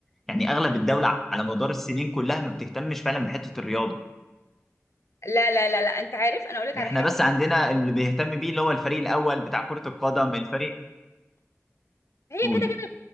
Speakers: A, in the centre; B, on the left.
A: يعني اغلب الدوله على مدار السنين كلها ما بتهتمش فعلا بحته الرياضه
B: لا لا لا لا انت عارف انا اقول لك على
A: احنا
B: حاجه
A: بس عندنا اللي بيهتم بيه اللي هو الفريق الاول بتاع كره القدم الفريق
B: هي
A: قولي
B: كده كده